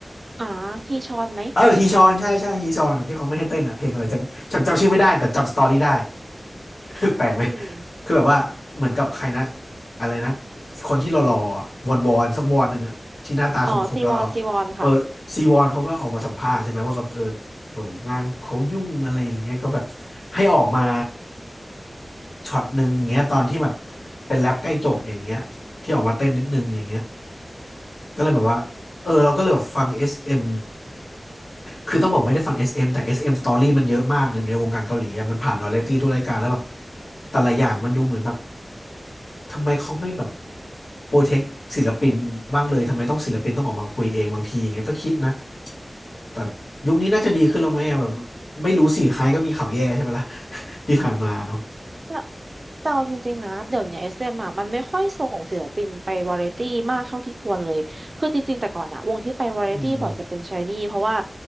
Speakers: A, on the right; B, on the left.
A: อ่าฮีชอนไหม
B: เออฮีชอนใช่ใช่ฮีชอนที่เขาไม่ให้เต้นอ่ะเพลงอะไรจำจำจำชื่อไม่ได้แต่จำสตอรี่ได้ <laughs> แปลกไหม
A: อืม
B: คือแบบว่าเหมือนกับใครนะอะไรนะคนที่หล่อๆอะวอนวอนสักวอนหนึ่งอ่ะที่หน้าตาคมๆหล่อๆเออซีวอนเขาก็ออกมาสัมภาษณ์ใช่ไหมว่าแบบเออแบบงานเขายุ่งอะไรอย่างเงี้ยก็แบบ
A: อ๋อซีวอนซีวอนค่ะ
B: ให้ออกมาช็อตหนึ่งอย่างเงี้ยตอนที่แบบเป็นแรปใกล้จบอย่างเงี้ยที่ออกมาเต้นนิดนึงอย่างเงี้ยก็เลยแบบว่าเออเราก็เลยแบบฟัง SM คือต้องบอกไม่ได้ฟัง SM แต่ SM Story มันเยอะมากในในวงการเกาหลีอะมันผ่านวาไรตี้ทุกรายการแล้วแบบแต่ละอย่างมันดูเหมือนแบบทำไมเขาไม่แบบโปรเทคศิลปินบ้างเลยทำไมต้องศิลปินต้องออกมาคุยเองบางทีอย่างเงี้ยก็คิดนะแต่ยุคนี้น่าจะดีขึ้นแล้วไหมอะแบบไม่รู้สิใครก็มีข่าวแย่ใช่ไหมล่ะ <laughs> ที่ผ่านมาเนาะ
A: แต่แต่เอาจริงๆนะเดี๋ยวเนี้เอสเอ็มอะมันไม่ค่อยส่งศิลปินไปวาไรตี้มากเท่าที่ควรเลยคือจริงๆแต่ก่อนอะวงที่ไปวาไรตี้บ่อยจะเป็นชายนี่เพราะว่า
B: อืม